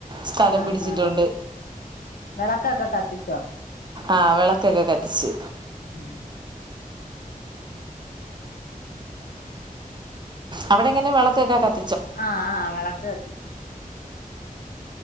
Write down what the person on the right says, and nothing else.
സ്ഥലം
പിടിച്ചിട്ടുണ്ട്
ആ വിളക്കൊക്കെ കത്തിച്ച്
അവിടെ എങ്ങനെ വിളക്ക് ഒക്കെ കത്തി